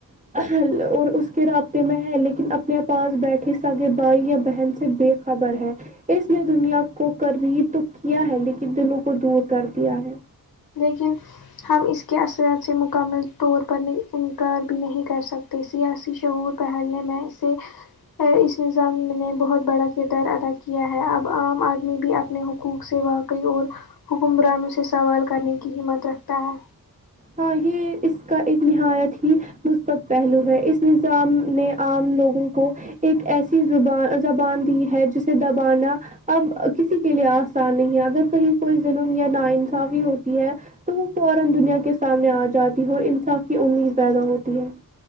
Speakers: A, on the right; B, on the left.
A: ہ اور اس کے رابطے میں ہے لیکن اپنے پاس بیٹھے سگے بھائی یا بہن سے بے خبر ہے اس نے دنیا کو قریب تو کیا ہے لیکن دلوں کو دور کر دیا ہے
B: لیکن ہم اس کے اثرات سے مکمل طور پر نہی انکار بھی نہیں کر سکتے سیاسی شعور پہننے میں اسے ہے اس نظام نے بہت بڑا کردار ادا کیا ہے اب عام آدمی بھی اپنے حقوق سے وا قف اور حکمرانوں سے سوال کرنے کی ہمت رکھتا ہے
A: ہاں یہ اس کا ایک نہایت ہی مثبت پہلو ہے اس نظام نے عام لوگوں کو ایک ایسی زبان زبان دی ہے جسے دبانا اب کسی کے لیے آسان نہیں ہے اگر کہیں کوئی ظلم یا نا انصافی ہوتی ہے تو وہ فورا دنیا کے سامنے آ جاتی ہے اور انصاف کی امید پیدا ہوتی ہے